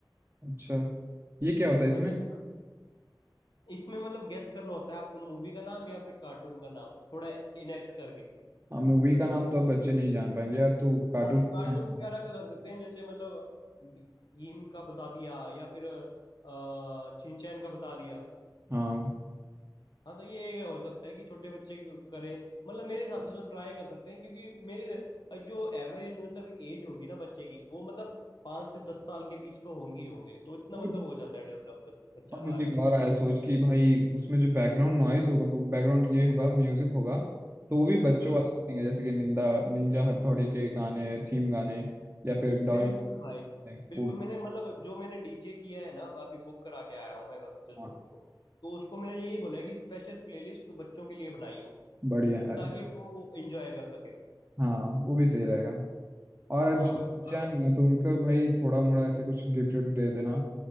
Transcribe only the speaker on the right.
अच्छा ये क्या होता है इसमें
हाँ मूवी का नाम तो अब बच्चे नहीं जान पाएंगे यार तू कार्टून
का
नाम
मत-
हाँ
और
अब मुझे
एक और आया सोच कि भाई उसमें जो बैकग्राउंड नॉइज होगा बैकग्राउंड ये होगा म्यूजिक होगा तो वो भी बच्चों
वाले रखेंगे जैसे कि निंदा निंजा हथौड़ी के गाने थीम गाने या फिर डोरेमोन
के,
वो
हाँ,
बढ़िया यार
हाँ वो भी सही रहेगा और
जो बच्चे आएंगे ना, तो उनको भाई थोड़ा मोड़ा ऐसे कुछ गिफ्ट विफ्ट दे देना